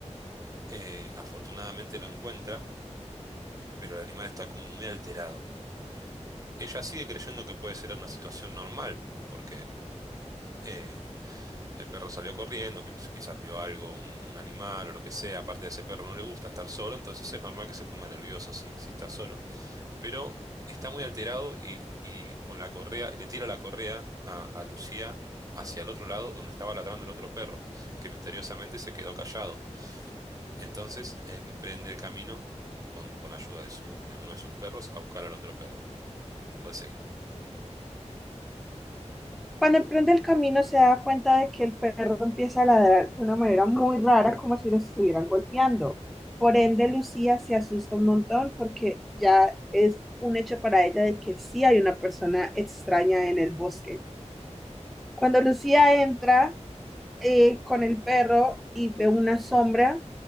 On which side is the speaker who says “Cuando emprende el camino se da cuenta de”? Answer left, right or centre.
Centre